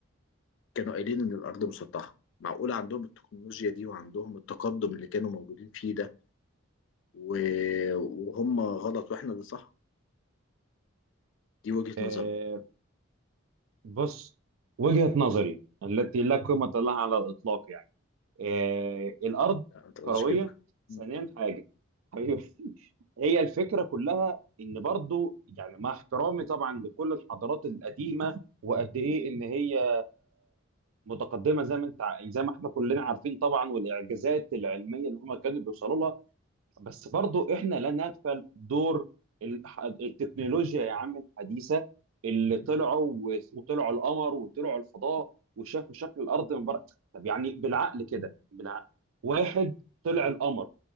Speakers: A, on the left; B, on the right.
A: كانوا قايلين ان الارض مسطحه معقول عندهم التكنولوجيا دي وعندهم التقدم اللي كانوا موجودين فيه ده و- وهم غلط واحنا اللي صح دي وجهه
B: إيه
A: نظرهم
B: بص وجهة نظري التي لا قيمة لها على الإطلاق يعني آه، الارض
A: لا، ما تقولش
B: كرويه
A: كده م.
B: ثانيا حاجه حبيبي <laughs> هي الفكره كلها ان برضو يعني مع احترامي طبعا لكل الحضارات القديمه وقد ايه ان هي متقدمه زي ما انت ع- زي ما احنا كلنا عارفين طبعا والاعجازات العلميه اللي هم كانوا بيوصلوا لها بس برضو احنا لا نغفل دور الح- التكنولوجيا يا عم الحديثة اللي طلعوا و- وطلعوا القمر وطلعوا الفضاء وشافوا شكل الارض من بره طب يعني بالعقل كده بالعقل واحد طلع القمر